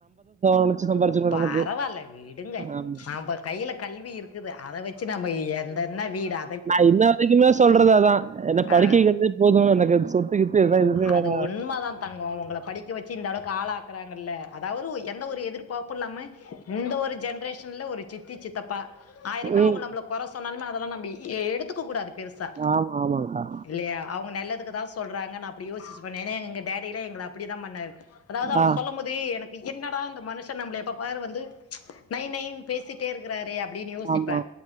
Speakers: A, on the right; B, on the left.
A: நினைச்சு சம்பாரிச்சுக்கணும்
B: பரவால
A: நமக்கு
B: விடுங்க
A: ஆமா
B: நம்ப கையில கல்வி இருக்குது அத வச்சி நம்ம எந்தென்ன வீடா
A: நா இன்ன வரைக்குமே சொல்றது அதா என்ன படிக்க
B: ஆ
A: வக்கிறதே போது எனக்கு சொத்து கித்து எதாவது எதுவுமே
B: அது
A: வேணாம்
B: உண்ம தா தங்கோ உங்கள படிக்க வச்சு இந்த அளவுக்கு ஆளாக்குறா நல்ல அதாவது எந்த ஒரு எதிர்பாப்புல்லாம இந்த ஒரு ஜென்ரேஷ் ஷன்ல ஒரு சித்தி சித்தப்பா ஆயிரமே
A: ம்,
B: அவங்க நம்ப்ள கொற சொன்னாலுமே அதெல்லா நம்பி எ எடுத்துக்க கூடாது பெருசா
A: ஆமா ஆமாங்கக்கா
B: இல்லையா அவங்க நல்லதுக்கு தாஸ் சொல்றாங்கன் அப்டி யோசிச்சி பண் ஏனா எங்க டேடிலா எங்ள அப்டிதா பண்ணார் அதாவது அவர்
A: ஆ
B: சொல்லும்போது எனக்கு என்னடா இந்த மனுஷ நம்ள எப்பப் பார் வந்து நை நைன் பேசிட்டே இருக்றாரே அப்டின் யோசிப்பே
A: ஆமா